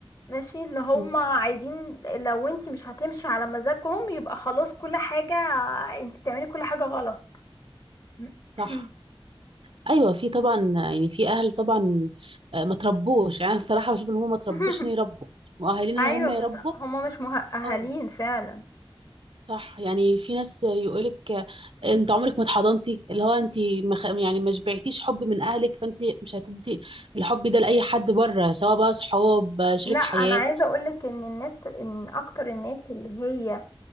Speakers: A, on the left (about 40°); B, on the right (about 65°).
A: ماشي اللي هم
B: مم.
A: عايزين لو انت مش هتمشي على مزاجهم يبقى خلاص كل حاجة انت بتعملي كل حاجة غلط <coughs>
B: صح ايوه في طبعا يعني في اهل طبعا آه، ما تربوش يعني أنا بصراحه بشوف ان هم ما تربوش
A: <laughs>
B: ان يربوا مؤهلين
A: ايوه
B: ان هم
A: بالظبط
B: يربوا
A: هما مش مؤهلين
B: اه
A: فعلا
B: صح يعني في ناس يقولك آه، انت عمرك ما اتحضنتي اللي هو انت ما خ- يعني ما شبعتيش حب من اهلك فانت مش هتدي الحب ده لاي حد بره سواء بقى صحاب آه، شريك
A: لا انا
B: حياه
A: عايزه اقولك ان الناس ان اكتر الناس اللي هي